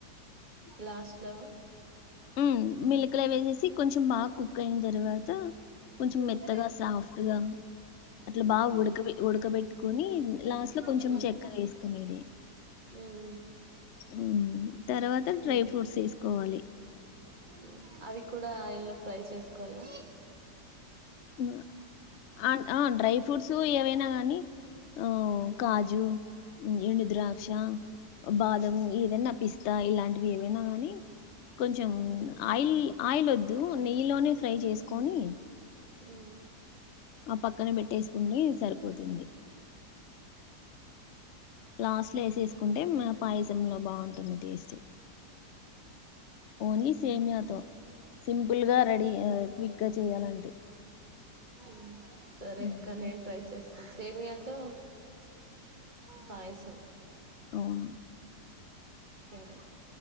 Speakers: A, on the right; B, on the left.
A: లాస్ట్లో
B: ఊమ్ మిలక్ లో వేసేసి కొంచెం బాగా కుక్ అయిన తర్వాత కొంచెం
A: ఉమ్
B: మెత్తగా సాఫ్ట్గా అట్లా బాగా ఉడక ఉడకబెట్ కొని లాస్ట్ లో కొంచెం
A: ఊమ్
B: చక్కెర వేసుకునేది
A: ఊమ్
B: ఉం తర్వాత
A: అంతే
B: డ్రై ఫ్రూట్స్ ఏసుకోవాలి.
A: ఉమ్ అవి కూడా ఎల్లో ఫ్రై చేస్కోవల్లా
B: ఉ అన్ ఆ డ్రై ఫ్రూట్స్ ఏవైనా కానీ, ఆ కాజు, ఎండు
A: ఉమ్
B: ద్రాక్ష, బాదము ఏదన్నా పిస్తా, ఇలాంటివి ఏవైనా కానీ, కొంచెం ఆయిల్ ఆయిల్ వద్దు నెయ్యిలోనే ఫ్రై చేసుకొని,
A: ఉమ్
B: ఆ పక్కన పెట్టేసుకుని సరిపోతుంది లాస్ట్ లో వేసేసుకుంటే మా పాయసం లో బాగుంటుంది టేస్ట్
A: అవు
B: ఓన్లీ సేమియాతో సింపుల్ గా
A: ఆ
B: రెడీ ఆ క్విక్ గా చేయాలంటే
A: ఉమ్. సరే
B: హ్మ్.
A: అక్క నేను ట్రై చేస్ సేమియాతో పాయసం
B: అవును.
A: సరే